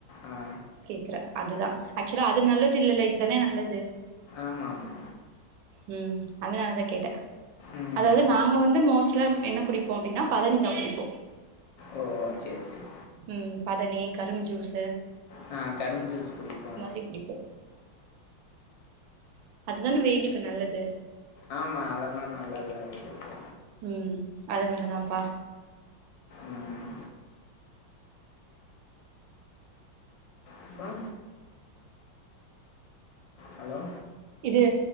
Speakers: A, on the left; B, on the right.
A: ஆ
B: திர அதுதா ஆக்சுலா அது நல்லது இல்லல்ல இதுதானே நல்லது
A: ஆமாமா
B: ம் அதனாலதா கேட்டே
A: ம்.
B: அதாவ்து நாங்க வந்து மோஸ்ட்லாம் என்ன குடிப்போ அப்டினா பதனிதாங் குடிப்போ
A: ஓ ஓ சேரி சேரி
B: ம் பதனி கரும் ஜூஸு
A: நா கரும் ஜூஸ் குடிப்போ
B: டி குடிப்போ அதுதானே வெயிலுக்கு நல்லது
A: ஆமா அதெல்லா நல்லதுதா வெயிலுக்கு
B: ம் அதுனாலதாம்ப்பா
A: ம் ம் அப்றோ ஹலோ
B: இது